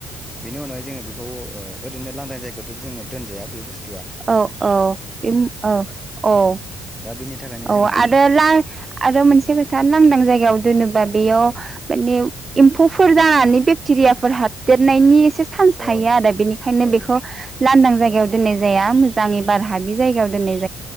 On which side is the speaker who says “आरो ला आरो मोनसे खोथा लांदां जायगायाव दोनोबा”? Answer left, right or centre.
Right